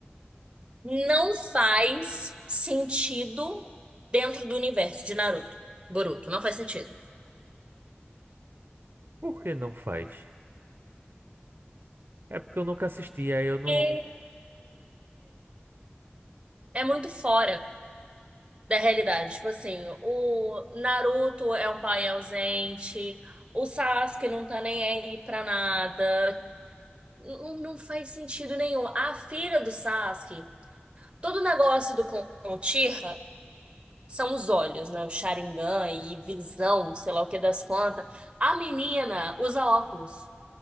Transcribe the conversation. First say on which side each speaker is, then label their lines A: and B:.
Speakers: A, on the right (about 25°); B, on the right (about 55°).
A: não faz sentido dentro do universo de Naruto, Boruto, não faz sentido.
B: Por que não faz? É porque eu nunca assisti, aí eu não.
A: E é muito fora da realidade. Tipo assim, o Naruto é um pai ausente, o Sasuke não tá nem aí pra nada. Não, não faz sentido nenhum. A filha do Sasuke, todo o negócio do clã Uchiha são os olhos, né? O Sharingan e visão, sei lá o que das quantas. A menina usa óculos.